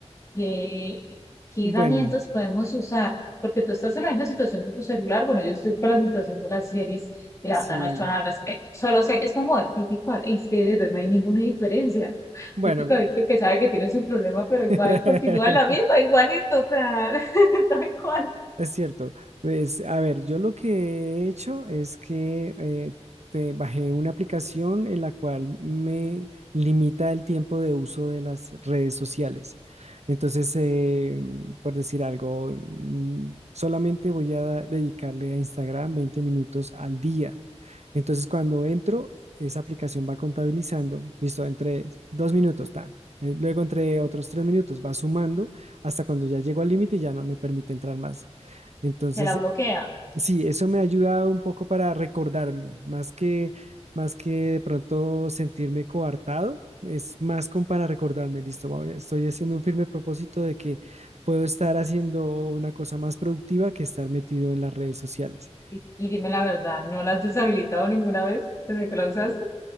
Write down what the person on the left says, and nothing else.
qué, qué
herramientas podemos usar. Porque tú estás en la misma situación con tu celular, bueno, yo estoy con la situación de las series, y la
verdad no he hecho nada al respecto. Solo sé, es como el típico este, de verdad, no hay ninguna diferencia.
Típico adicto que sabe que tiene su problema, pero
igual continúa en la misma, igualito, o sea, <laughs> tal cual.
Se la bloquea.
Y, y dime la verdad, ¿no la has deshabilitado ninguna vez desde que la usaste?